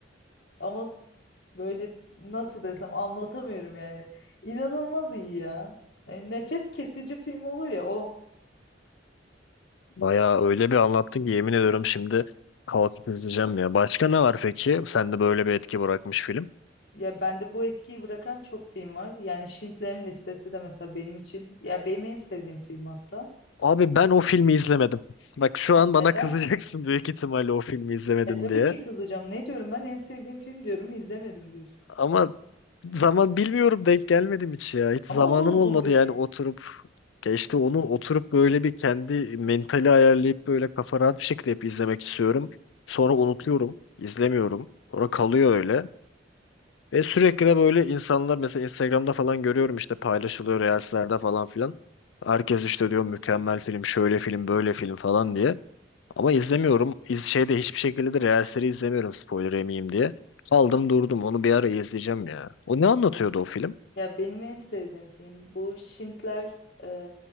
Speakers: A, on the left (about 55°); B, on the left (about 70°).
A: Ama böyle nasıl desem anlatamıyorum yani. İnanılmaz iyi ya. Yani nefes kesici film olur ya o.
B: Bayağı öyle bir anlattın ki yemin ediyorum şimdi kalkıp izleyeceğim ya. Başka ne var peki? Sende böyle bir etki bırakmış film.
A: Ya bende bu etkiyi bırakan çok film var. Yani Schindler'in Listesi de mesela benim için ya benim en sevdiğim film hatta.
B: Abi ben o filmi izlemedim. Bak şu an bana
A: Neden?
B: kızacaksın büyük ihtimalle o filmi izlemedin
A: E tabii
B: diye.
A: ki kızacağım. Ne diyorum ben en sevdiğim film diyorum izlemedim diyorsun.
B: Ama zaman bilmiyorum denk gelmedim hiç ya. Hiç zamanım
A: Ama o da uzun
B: olmadı
A: bir
B: yani
A: film.
B: oturup Ya işte onu oturup böyle bir kendi mentali ayarlayıp böyle kafa rahat bir şekilde hep izlemek istiyorum. Sonra unutuyorum, izlemiyorum. Sonra kalıyor öyle. Ve sürekli de böyle insanlar mesela Instagram'da falan görüyorum işte paylaşılıyor Reels'lerde falan filan. Herkes işte diyor mükemmel film, şöyle film, böyle film falan diye. Ama izlemiyorum. İz şeyde hiçbir şekilde de Reels'leri izlemiyorum spoiler yemeyeyim diye. Aldım durdum. Onu bir ara izleyeceğim ya. O ne anlatıyordu o film?
A: Ya benim en sevdiğim film bu Schindler e,